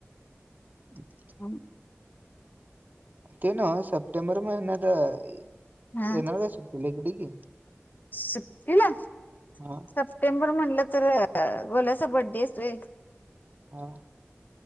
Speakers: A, on the right; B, on the left.
A: <unintelligible>
B: हम.
A: ते नं सप्टेंबर महिन्यातं
B: हा
A: येणार असतील इकडं की.
B: सुट्टीला.
A: हा.
B: सप्टेंबर म्हणलं तर गोल्याचा बड्डे येस्तोय.
A: हा.